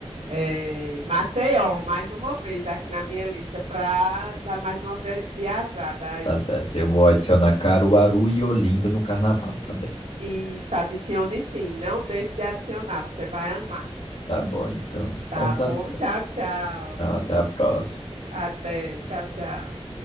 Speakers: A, on the right (about 85°); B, on the left (about 65°).
A: é, Maceió mais uma vez aqui na minha lista para dar mais uma vi- viajada aí.
B: Tá certo. Eu vou adicionar Caruaru e Olinda no carnaval também.
A: Isso, adicione sim. Não deixe de adicionar, você vai amar.
B: Tá bom, então. Então
A: Tá
B: tá
A: bom?
B: certo.
A: Tchau, tchau.
B: Até a próxima.
A: Até. Tchau, tchau.